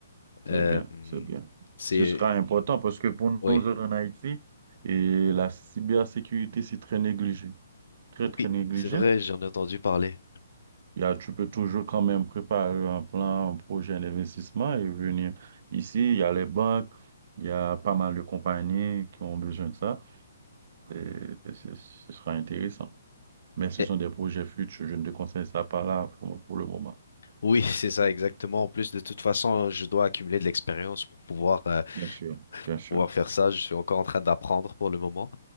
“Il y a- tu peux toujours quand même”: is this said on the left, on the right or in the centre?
Right